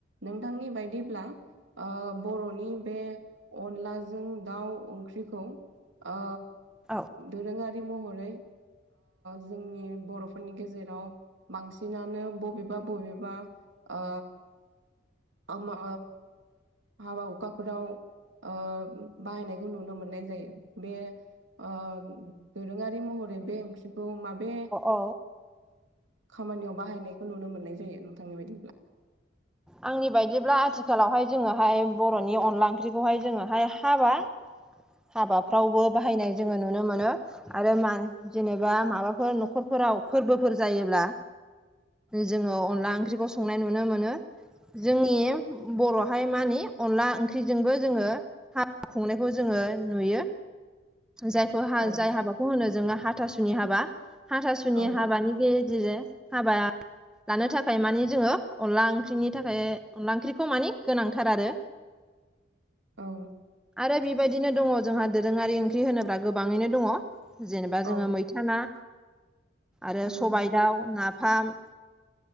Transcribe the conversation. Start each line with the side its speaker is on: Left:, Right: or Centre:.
Right: नोंथांनि बायदिब्ला बर'नि बे अनलाजों दाउ ओंख्रिखौ ओ
Centre: औ
Right: दोरोङारि महरै जोंनि बर'फोरनि गेजेराव बांसिनानो बबेबा बबेबा ओ म हाबा हुखाफोराव ओ बाहायनायखौ नुनो मोननाय जायो बे ओ दोरोङारि महरै बे ओंख्रिखौ माब बे
Centre: औ
Right: खामानियाव बाहायनायखौ नुनो मोननाय जायो नोंथांनि बायदिब्ला
Centre: आंनि बायदिब्ला आथिखालावहाय जोङोहाय बर'नि अनला ओंख्रिखौहाय जोङोहाय हाबा हाबाफ्रावबो बाहायनाय जोङो नुनो मोनो आरो मां जेनेबा माबाफोर न'खरफोराव फोरबोफोर जायोब्ला जोङो अनला ओंख्रिखौ संनाय नुनो मो जोंनि बर'हाय मानि अनला ओंख्रिजोंबो जोङो हा खुंनायखौ जोङो नुयो जाय
Right: औ
Centre: जाय हाबाखौ होनो जोङो हाथासुनि हाबा हाथासुनि
Right: औ
Centre: हाबानि ग जिजे हाबा लानो थाखाय मानि जोङो अनला ओंख्रिनि थाखाय अनला ओंख्रिखौ मानि गोनांथार आरो
Right: औ
Centre: आरो बेबायदिनो दङ जोंहा दोरोङारि ओंख्रि होनोब्ला गोबाङैनो दङ जेनेबा
Right: औ
Centre: जोङो मै फथाना आरो
Right: उम
Centre: सबायाइ दाउ नाफाम